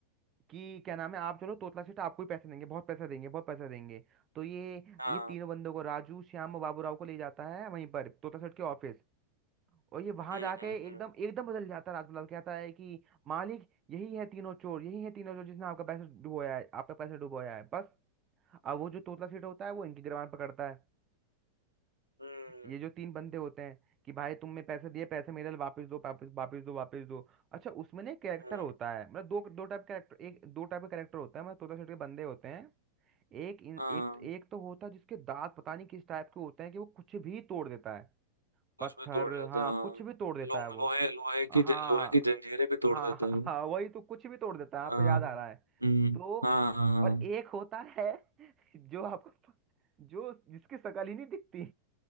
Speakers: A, on the right; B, on the right.
A: कि क्या नाम है आप चलो तोतला सेठ आपको ही पैसे देंगे बहुत पैसा देंगे बहुत पैसा देंगे तो ये
B: हाँ
A: ये तीनों बंदों को राजू श्याम और बाबू राव को ले जाता है वहीं पर तोतला सेठ के ऑफिस और ये वहां
B: हम्म
A: जाके
B: हम्म
A: एकदम एकदम बदल जाता है राजपाल कहता है कि मालिक यही है तीनों चोर यही है तीनों चोर जिसने आपका पैसा डुबोया है आपका पैसा डुबोया है बस अब वो जो तोतला सेठ होता है वो इनकी गिरबान पकड़ता है
B: हम्म
A: ये जो तीन बंदे होते हैं कि भाई तुमने पैसे दिए पैसे मेरे वापस दो वापस वापस दो वापस दो अच्छा उसमें ना कैरेक्टर
B: हम्म, हम्म,
A: होता है मतलब दो दो टाइप कैरेक्टर एक दो टाइप का कैरेक्टर होता है मतलब तोता सेठ के बंदे होते हैं एक इन,
B: हाँ
A: एक एक तो होता है जिसके दांत पता नहीं किस टाइप के होते हैं कि वो कुछ भी तोड़ देता है
B: कुछ
A: पत्थर
B: भी तोड़ लेता
A: हाँ
B: है हाँ
A: कुछ भी तोड़ देता
B: लो,
A: है वो
B: लोहे लोहे की
A: हाँ
B: ज- लोहे की जंजीरें भी
A: हाँ
B: तोड़ देता है वो
A: हाँ वही तो कुछ भी तोड़ देता है
B: हाँ
A: आपको याद
B: हम्म
A: आ रहा है तो
B: हाँ हाँ हाँ
A: और एक होता है <laughs> जो आपको जो जिसकी शक्ल ही नहीं दिखती